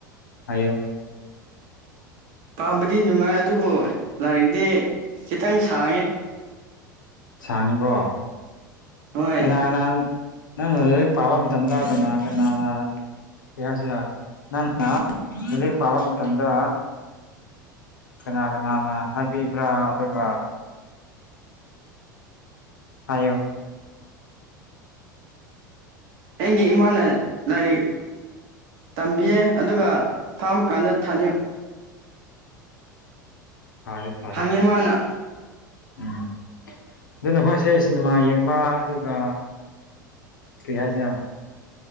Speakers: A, on the left (about 80°); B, on the right (about 55°).
A: ꯍꯥꯏꯌꯨ
B: ꯄꯥꯝꯕꯗꯤ ꯅꯨꯡꯉꯥꯏ ꯑꯗꯨꯕꯨ ꯂꯥꯏꯔꯤꯛꯇꯤ ꯈꯤꯇꯪ ꯁꯥꯡꯉꯦ
A: ꯁꯥꯡꯉꯤꯀꯣ
B: ꯍꯣꯏ
A: ꯀꯅꯥ ꯀꯅꯥ ꯅꯪꯅ ꯂꯥꯏꯔꯤꯛ ꯄꯥꯕ ꯃꯇꯝꯗ ꯀꯅꯥ ꯀꯅꯥꯅ ꯀꯩ ꯍꯥꯏꯁꯤꯔꯥ ꯅꯪꯅ ꯂꯥꯏꯔꯤꯛ ꯄꯥꯕ ꯃꯇꯝꯗ ꯀꯅꯥ ꯀꯅꯥꯅ ꯍꯥꯏꯕꯤꯕ꯭ꯔꯥ ꯑꯗꯨꯒ ꯍꯥꯏꯌꯨ
B: ꯑꯩꯒꯤ ꯏꯃꯥꯅ ꯂꯥꯏꯔꯤꯛ ꯇꯝꯕꯤꯌꯦ ꯑꯗꯨꯒ ꯐꯥꯝꯃ ꯀꯥꯟꯗ ꯊꯥꯅꯤ
A: ꯐꯔꯦ ꯐꯔꯦ
B: ꯍꯪꯉꯦ ꯃꯥꯅ
A: ꯎꯝ ꯑꯗꯨ ꯅꯈꯣꯏꯁꯦ ꯁꯤꯅꯤꯃꯥ ꯌꯦꯡꯕ ꯑꯗꯨꯒ ꯀꯩ ꯍꯥꯏꯁꯤꯔꯥ